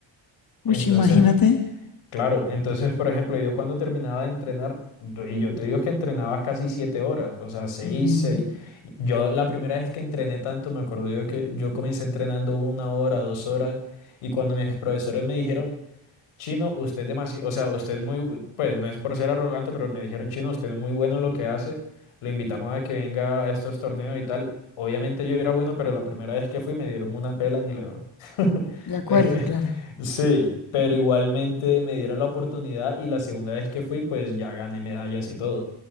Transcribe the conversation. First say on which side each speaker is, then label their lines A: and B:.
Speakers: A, on the left (about 45°); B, on the left (about 85°).
A: Uy,
B: Entonces,
A: imagínate.
B: claro, entonces, por ejemplo, yo cuando terminaba de entrenar, yo- y yo te digo que entrenaba casi siete horas, o sea, seis,
A: ujú,
B: seis. Yo la primera vez que entrené tanto, me acuerdo yo que yo comencé entrenando una hora, dos horas, y cuando mis profesores me dijeron, Chino, usted es demasiado, o sea, usted es muy, pues no es por ser arrogante, pero me dijeron, Chino, usted es muy bueno en lo que hace, lo invitamos a que venga a estos torneos y tal. Obviamente yo era bueno, pero la primera vez que fui me dieron una pela ni le doy. <laughs>
A: de acuerdo,
B: Es que-
A: claro,
B: Sí, pero igualmente me dieron la oportunidad y la segunda vez que fui, pues ya gané medallas y todo.